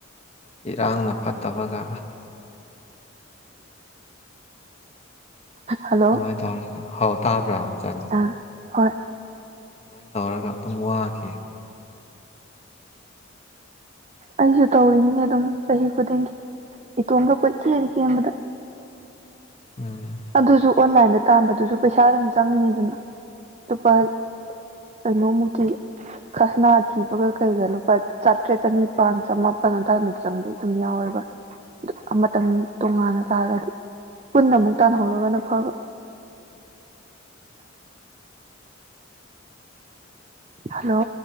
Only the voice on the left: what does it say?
ꯏꯔꯥꯡꯅ ꯐꯠꯇꯕꯒ꯫
ꯑꯗꯨꯃꯥꯏꯅ ꯇꯧꯔꯒ ꯍꯥꯎ ꯇꯥꯕ꯭ꯔꯥ ꯆꯟ꯫
ꯑꯗꯨꯃꯥꯏꯅ ꯇꯧꯔꯒ ꯑꯗꯨꯝ ꯋꯥꯈꯤ꯫
ꯎꯝ